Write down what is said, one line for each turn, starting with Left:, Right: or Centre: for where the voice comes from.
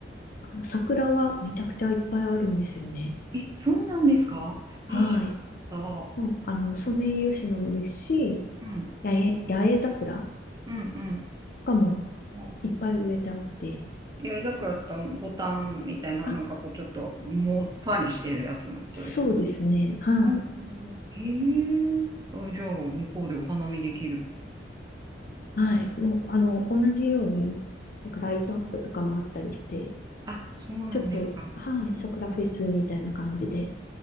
Left: あの桜はめちゃくちゃいっぱいあるんですよね。
Right: え、そうなんですかえー、
Left: はい。
Right: 知らなかった。
Left: もう、あの、ソメイヨシノもですし、
Right: うん、
Left: 八重、八重桜
Right: うん、うん。
Left: とかも
Right: あ
Left: いっぱい植えてあって、
Right: 八重桜ってあの、ボタンみたいな、
Left: あ、
Right: なんかこう、ちょっと、もっさりしてるやつのことですよね。
Left: そうですね。はい。
Right: うんうんへえ。あ、じゃあ、向こうでお花見できる。
Left: はい。もう、あの、同じように、なんかライトアップとかもあったりして、
Right: あ、そうなんですか。
Left: ちょっと、はい、
Right: うんうん
Left: 桜フェスみたいな感じで、